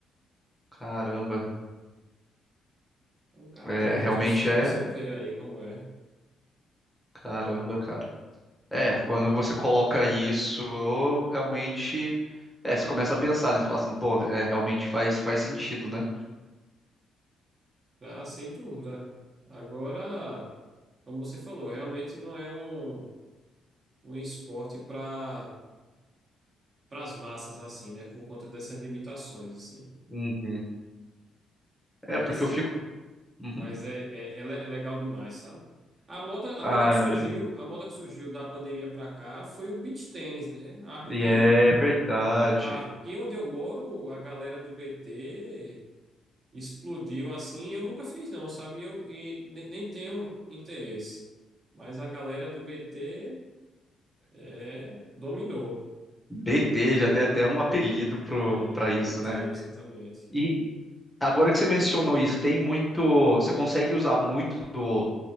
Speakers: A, in the centre; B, on the right.
A: Caramba.
B: é um garoto,
A: É, realmente
B: isso
A: é.
B: para você ver aí como é.
A: Caramba, cara. É, quando você coloca isso, realmente. É, você começa a pensar, né? Você fala assim, pô, é, realmente faz, faz sentido, né?
B: Ah, sem dúvida. Agora, como você falou, realmente não é um, um esporte para para as massas assim, né? Por conta dessas limitações assim.
A: Uhum.
B: Mas
A: É, porque eu fico. Uhum.
B: mas é, é, é, le- é legal demais, sabe? A moda a
A: Ah,
B: moda que surgiu,
A: imagino.
B: a moda que surgiu da pandemia para cá foi o beach tênis, né? Aqui
A: E é verdade.
B: aqui onde eu moro, a galera do BT explodiu assim. Eu nunca fiz, não, sabe? Eu, e ne- nem tenho interesse. Mas a galera do BT é, dominou.
A: DT já tem até um apelido pro,
B: É,
A: pra
B: o
A: isso,
B: BT,
A: né?
B: exatamente.
A: E agora que você mencionou isso, tem muito. Você consegue usar muito do,